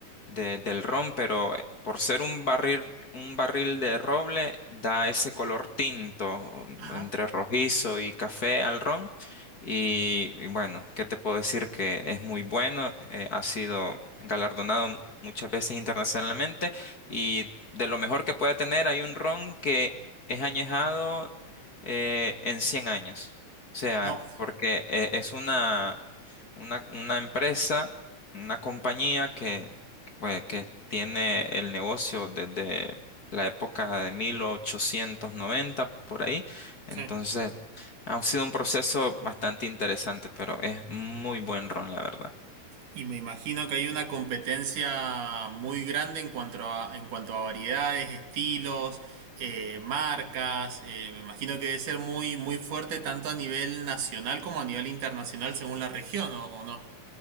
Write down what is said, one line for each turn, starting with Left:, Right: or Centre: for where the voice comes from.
Left: de- del ron, pero eh, por ser un barril, un barril de roble da ese color tinto mm,
Right: ajá.
Left: entre rojizo y café al ron. Y, y bueno, ¿qué te puedo decir? Que es muy bueno, eh, ha sido galardonado muchas veces internacionalmente y de lo mejor que puede tener hay un ron que es añejado eh, en 100 años. O sea,
Right: Oh,
Left: porque eh, es una, una, una empresa, una compañía que, pues, que tiene el negocio desde la época de 1890 por ahí.
Right: sí.
Left: Entonces, ha sido un proceso bastante interesante, pero es muy buen ron, la verdad.
Right: Y me imagino que hay una competencia muy grande en cuanto a, en cuanto a variedades, estilos, eh, marcas. eh, me imagino que debe ser muy, muy fuerte tanto a nivel nacional como a nivel internacional según la región, ¿o, o no?